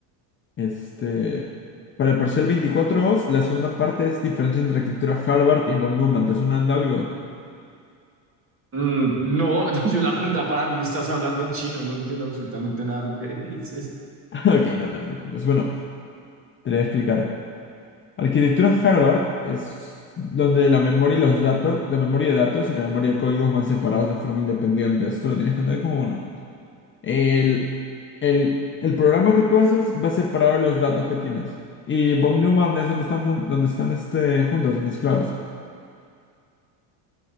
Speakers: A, on the left (about 25°); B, on the right (about 25°).
A: Este, para el parcial 24 os, la segunda parte es diferencia entre arquitectura Harvard y von Neumann. ¿Te suena de algo?
B: Mm, no, <laughs> yo la verdad, para mí me estás hablando en chino, no entiendo absolutamente nada de lo que <laughs> dices.
A: <laughs> Ok, no te preocupes. Bueno, te lo voy a explicar. Arquitectura Harvard es donde la memoria y los datos, la memoria de datos y la memoria de códigos van separados de forma independiente. Esto lo tienes que entender como uno. El, el, el programa que tú haces va separado de los datos que tienes. Y von Neumann es donde están, jun- donde están este, juntos, mezclados.